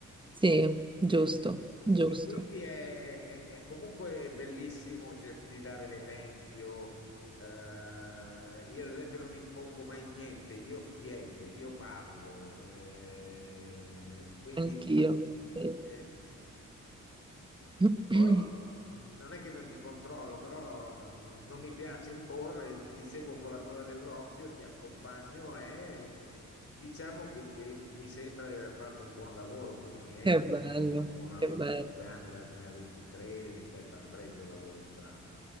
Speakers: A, on the right; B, on the left.
A: Sì, giusto,
B: E, e-
A: giusto,
B: e quindi è, è- è comunque bellissimo, cerchi di dare l'esempio. Eh, io, ad esempio, non impongo mai niente, io spiego, io parlo. eh, quindi
A: anch'io. sì.
B: eh,
A: <clears throat>
B: poi mh, non è che non ti controllo, però no- no- non mi piace imporre, ti seguo con la coda dell'occhio, ti accompagno e diciamo che, che mi sembra di aver fatto un buon lavoro con i miei,
A: Che
B: ma
A: bello,
B: sono- uno
A: che
B: ha 25
A: bello.
B: anni, l'altro ne ha 23, ripeto, hanno preso la loro strada.